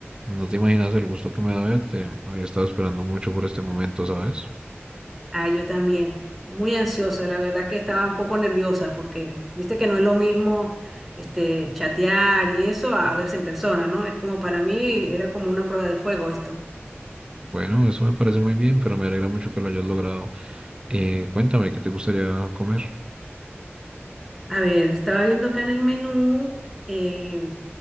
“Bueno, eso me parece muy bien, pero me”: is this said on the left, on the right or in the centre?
Right